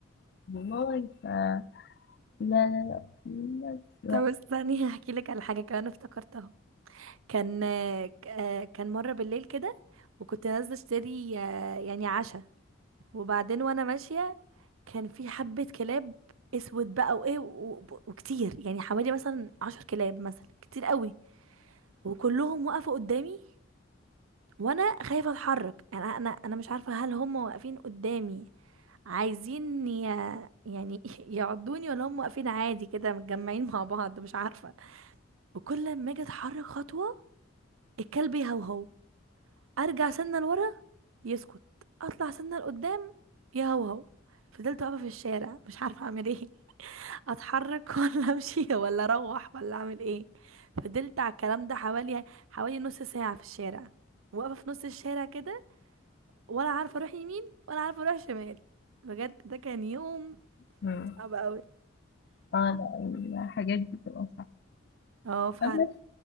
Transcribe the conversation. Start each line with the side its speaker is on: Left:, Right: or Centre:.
Left: والله ف لا لا لا لا,
Right: طب استني <laughs> هحكي لك على حاجة كمان افتكرتها كان آه ك- آه، كان مرة بالليل كده وكنت نازلة اشتري آه يعني عشاء وبعدين وانا ماشية كان في حبة كلاب اسود بقى وايه و- و- وكتير يعني حوالي مثلا عشر كلاب مثلا كتير قوي وكلهم وقفوا قدامي وانا خايفه اتحرك انا انا انا مش عارفه هل هم واقفين قدامي عايزين ي... يعني <laughs> يعضوني ولا هم واقفين عادي كده متجمعين مع بعض مش عارفه وكل ما اجي اتحرك خطوه الكلب يهوهو ارجع سنه لورا يسكت اطلع سنه لقدام يهوهو فضلت واقفه في الشارع مش عارفه اعمل ايه اتحرك <laughs> ولا امشي ولا اروح ولا اعمل ايه فضلت على الكلام ده حوالي حوالي نص ساعه في الشارع واقفه في نص الشارع كده ولا عارفه اروح يمين ولا عارفه اروح شمال بجد ده كان يوم
Left: لا.
Right: صعب قوي
Left: اه لا الحاجات دي بتبقى
Right: اه فعلا
Left: صعبة